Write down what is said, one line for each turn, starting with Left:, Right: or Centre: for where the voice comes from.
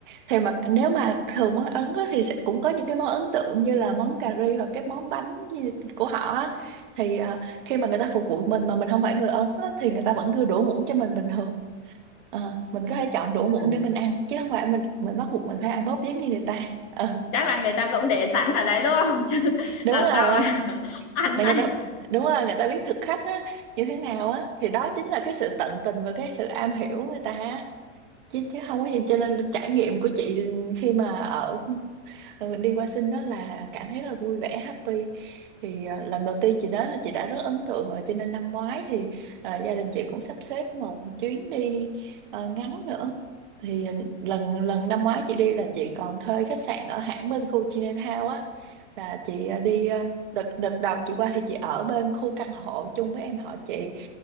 Right: thì mà nếu mà thường món Ấn á, thì sẽ cũng có những cái món ấn tượng như là món cà ri hoặc cái món bánh như- của họ á. thì ờ, khi mà người ta phục vụ mình mà mình không phải người Ấn á, thì người ta vẫn đưa đũa muỗng cho mình bình thường Ờ, mình có thể chọn đũa
Left: ừ.
Right: muỗng để mình ăn chứ không phải mình mình bắt buộc mình phải ăn bóp giống như người ta Ờ,
Left: chắc là người ta cũng để sẵn ở đấy đúng không <laughs> chứ
Right: đúng
Left: làm
Right: rồi
Left: sao mà <laughs> ăn
Right: là
Left: tay
Right: người ta đúng rồi người ta biết thực khách á, như thế nào á thì đó chính là cái sự tận tình và cái sự am hiểu người ta á. chứ chứ không có gì cho nên trải nghiệm của chị khi mà ở ừ, đi qua sinh đó là cảm thấy rất là vui vẻ happy thì ờ, lần đầu tiên chị đến là chị đã rất ấn tượng rồi cho nên năm ngoái thì ờ, gia đình chị cũng sắp xếp một chuyến đi ờ, ngắn nữa thì ờ, lần lần năm ngoái chị đi là chị còn thuê khách sạn ở hãng bên khu Chinatown á là chị ờ, đi ờ, đợt đợt đầu chị qua thì chị ở bên khu căn hộ chung với em họ chị